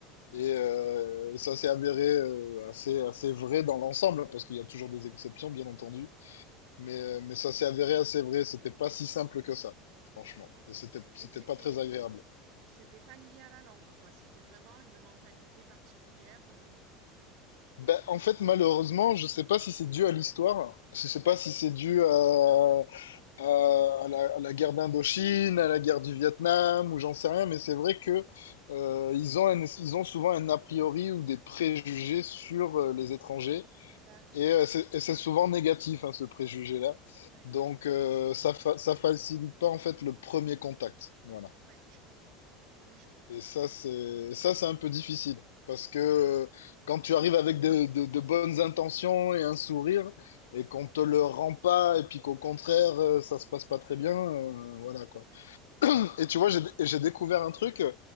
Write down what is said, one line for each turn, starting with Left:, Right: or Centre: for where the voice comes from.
Right: D'accord.
Left: Et euh, ça s'est avéré euh, assez, assez vrai dans l'ensemble, parce qu'il y a toujours des exceptions, bien entendu.
Right: Ouais.
Left: Mais, euh, mais ça s'est avéré assez vrai. C'était pas si simple que ça, franchement.
Right: D'accord.
Left: Et c'était,
Right: Et
Left: c'était
Right: c'était
Left: pas très agréable.
Right: C'était pas lié à la langue, quoi. C'était vraiment une mentalité particulière, heu
Left: Ben, en fait, malheureusement, je sais pas si c'est dû à l'histoire, je sais pas si c'est dû à, à- à la, à la guerre d'Indochine,
Right: Ouais,
Left: à la guerre du Vietnam, ou j'en sais rien, mais c'est vrai
Right: mmh,
Left: que euh, ils ont un- ils ont souvent un a priori ou des préjugés sur euh, les étrangers,
Right: d'accord.
Left: et euh, c'est et c'est souvent négatif, hein, ce préjugé-là.
Right: Ouais,
Left: Donc,
Right: ouais,
Left: euh,
Right: ouais.
Left: ça fa- ça facilite pas en fait le premier contact. Voilà.
Right: Ouais, je comprends. Oui, oui, je comprends.
Left: Et ça, c'est et ça, c'est un peu difficile. Parce que euh, quand tu arrives avec de, de- de bonnes intentions et un sourire, et qu'on te le rend pas, et puis qu'au contraire, euh, ça se passe pas très bien, euh, voilà quoi.
Right: Ouais. Oui, oui.
Left: Et tu vois, j'ai j'ai découvert un truc euh,